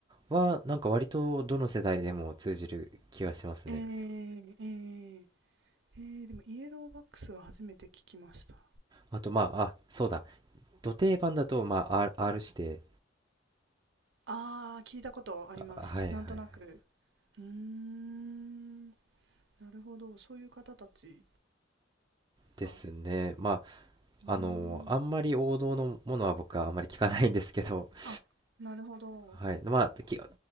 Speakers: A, on the right (about 25°); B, on the right (about 65°).
A: ー、は、なんか割とどの世代でも通じる気がしますね。
B: えー、えー、えー、でもイエローバックスは初めて聞きました。
A: あと、まあ、あ、そうだ。ド定番だと、まあ、R、R して、
B: あー、聞いたことあります。
A: あはいはい。
B: なんとなく。うーん、なるほど。そういう方たち
A: ですね。
B: が。う
A: ま
B: ーん、
A: あ、あのあんまり王道のものは僕はあんまり聞かないんですけど、<laughs>
B: あ、なるほど。
A: はい。まあ、き、